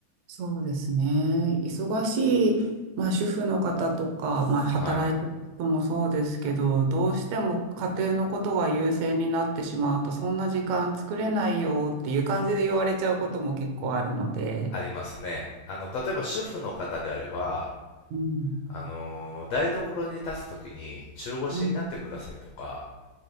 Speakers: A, on the right (about 75°); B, on the left (about 85°).
A: そうですね。忙しい、まあ、主婦の方とか、まあ、働いてる人もそうですけど、
B: はい。
A: どうしても家庭のことが優先になってしまうと、そんな時間作れないよっていう感じで言われちゃうことも結構あるので。
B: ありますね。あの、例えば主婦の方であれば、
A: うん、
B: あの台所に立つときに中腰になってくださいとか、
A: うん。